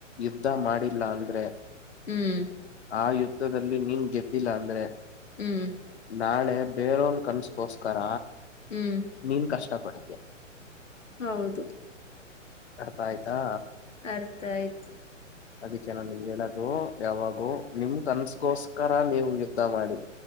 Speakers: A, on the left; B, on the left.
A: ಯುದ್ದಾ ಮಾಡಿಲ್ಲ ಅಂದ್ರೆ
B: ಹ್ಮ್
A: ಆ ಯುದ್ಧದಲ್ಲಿ ನೀನ್ ಗೆದ್ದಿಲ್ಲ ಅಂದ್ರೆ
B: ಹ್ಮ್
A: ನಾಳೆ ಬೇರೋನ್ ಕನ್ಸಗೋಸ್ಕರ
B: ಹ್ಮ್
A: ನೀನ್ ಕಷ್ಟಾ ಪಡ್ತೀಯ
B: ಹೌದು
A: ಅರ್ಥ ಆಯ್ತಾ
B: ಅರ್ಥ ಆಯ್ತು.
A: ಅದಿಕ್ಕೆ ನಾ ನಿಮಗ ಹೇಳದು ಯಾವಾಗೂ ನಿಮ್ ಕನ್ಸಗೋಸ್ಕ ಕರ ನೀವ ಯುದ್ಧಾ ಮಾಡಿ.